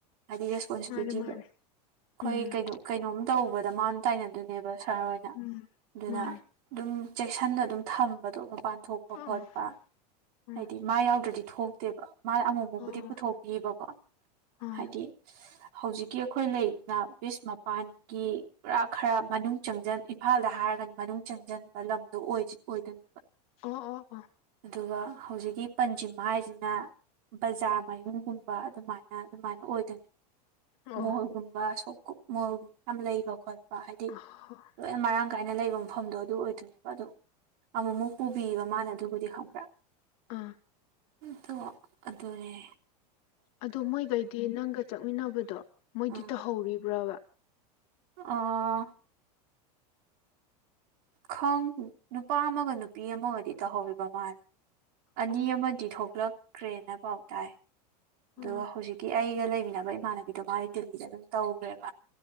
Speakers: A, on the right; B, on the left.
A: ꯍꯥꯏꯗꯤ ꯔꯦꯁꯄꯣꯟꯁꯤꯕꯤꯂꯤꯇꯤꯗꯣ
B: ꯃꯥꯅꯦ ꯃꯥꯅꯦ ꯎꯝ
A: ꯑꯩꯈꯣꯏ ꯀꯩꯅꯣ ꯀꯩꯅꯣꯝ ꯇꯧꯕꯗ ꯃꯥꯅ ꯇꯥꯏꯅꯗꯣꯏꯅꯦꯕ ꯁꯥꯍꯔ ꯍꯣꯏꯅ
B: ꯎꯝ
A: ꯑꯗꯨꯅ
B: ꯃꯥꯅꯦ
A: ꯑꯗꯨꯝ ꯆꯦꯛꯁꯤꯟꯅ ꯑꯗꯨꯝ ꯊꯝꯕꯗꯣ ꯃꯄꯥꯟ ꯊꯣꯛꯄ
B: ꯑꯥ
A: ꯈꯣꯠꯄ
B: ꯑꯥ
A: ꯍꯥꯏꯗꯤ ꯃꯥ ꯌꯥꯎꯗ꯭ꯔꯗꯤ ꯊꯣꯛꯇꯦꯕ ꯃꯥ ꯑꯃꯨꯐꯥꯎꯄꯨꯗꯤ
B: ꯑꯥ
A: ꯄꯨꯊꯣꯛꯄꯤꯕꯀꯣ
B: ꯑꯥ ꯑꯥ
A: ꯍꯥꯏꯗꯤ ꯍꯧꯖꯤꯛꯀꯤ ꯑꯩꯈꯣꯏ ꯂꯩꯗꯅ ꯕꯤꯁ ꯃꯄꯥꯟꯒꯤ ꯄꯨꯔꯥ ꯈꯔ ꯃꯅꯨꯡ ꯆꯪꯟ ꯏꯝꯐꯥꯜꯗ ꯍꯥꯏꯔꯒꯅ ꯃꯅꯨꯡ ꯆꯪꯁꯤꯟꯕ ꯂꯝꯗꯣ ꯑꯣꯏꯗꯣꯏꯅꯦꯕ
B: ꯑꯣ ꯑꯣ ꯑꯣ
A: ꯑꯗꯨꯒ ꯍꯧꯖꯤꯛꯀꯤ ꯄꯟꯁꯤꯝ ꯍꯥꯏꯁꯤꯅ ꯕꯖꯥꯔ ꯃꯌꯨꯝꯒꯨꯝꯕ ꯑꯗꯨꯃꯥꯏꯅ ꯑꯗꯨꯃꯥꯏꯅ ꯑꯣꯏꯗꯣꯏꯅꯦ
B: ꯑꯣ
A: ꯃꯣꯣꯔꯒꯨꯝꯕ ꯁꯣꯛ ꯃꯣꯜꯒꯨꯝꯕ ꯌꯥꯝ ꯂꯩꯕ ꯈꯣꯠ ꯍꯥꯏꯗꯤ
B: ꯑꯥ
A: ꯂꯣꯏꯅ ꯃꯔꯥꯡ ꯀꯥꯏꯅ ꯂꯩꯕ ꯃꯐꯝꯗꯣ ꯑꯗꯨ ꯑꯣꯏꯗꯣꯏꯅꯦꯕ ꯑꯗꯣ ꯑꯃꯨꯛꯃꯨꯛ ꯄꯨꯕꯤꯕ ꯃꯥꯅ ꯑꯗꯨꯕꯨꯗꯤ ꯈꯪꯕ꯭ꯔꯥ
B: ꯑꯥ
A: ꯇꯣ ꯑꯗꯨꯔꯦ
B: ꯑꯗꯣ ꯃꯣꯏꯒꯩꯗꯤ ꯅꯪꯒ ꯆꯠꯃꯤꯟꯅꯕꯗꯣ ꯃꯣꯏꯗꯤ
A: ꯎꯝ
B: ꯇꯧꯍꯧꯔꯤꯕ꯭ꯔꯕ
A: ꯑ ꯈ ꯅꯨꯄꯥ ꯑꯃꯒ ꯅꯨꯄꯤ ꯑꯃꯒꯗꯤ ꯇꯧꯍꯧꯔꯤꯕ ꯃꯥꯜꯂꯦ ꯑꯅꯤ
B: ꯑꯣ
A: ꯑꯃꯗꯤ ꯊꯣꯛꯂꯛꯈ꯭ꯔꯦꯅ ꯄꯥꯎ ꯇꯥꯏ
B: ꯑꯣ
A: ꯑꯗꯣ ꯍꯧꯖꯤꯛꯀꯤ ꯑꯩꯒ ꯂꯩꯃꯤꯟꯅꯕ ꯏꯃꯥꯟꯅꯕꯤꯗꯣ ꯃꯥꯗꯤ ꯗꯗꯤꯜꯂꯤꯗ ꯑꯗꯨꯝ ꯇꯧꯈ꯭ꯔꯦꯕ